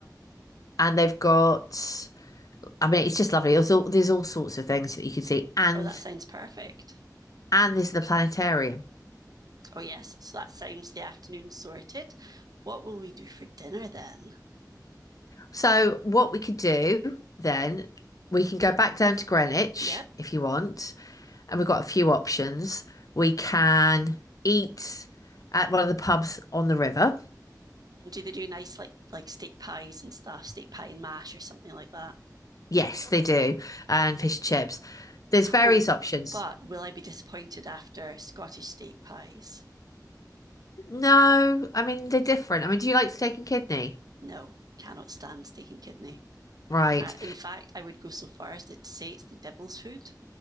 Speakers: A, on the left; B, on the right.
A: and they've got. I mean, it's just lovely. There's all, there's all sorts of things that you can see, and
B: Oh, that sounds perfect.
A: and there's the planetarium.
B: Oh, yes. So that sounds the afternoon sorted. What will we do for dinner then?
A: So what we could do then, we can go back down to Greenwich
B: Yeah.
A: if you want, and we've got a few options. We can eat at one of the pubs on the river.
B: And do they do nice like like steak pies and stuff, steak pie and mash or something like that?
A: Yes, they do, and fish and chips. There's various
B: Oh,
A: options.
B: but will I be disappointed after Scottish steak pies?
A: No, I mean they're different. I mean, do you like steak and kidney?
B: No, cannot stand steak and kidney.
A: Right.
B: Uh, in fact, I would go so far as to say it's the devil's food.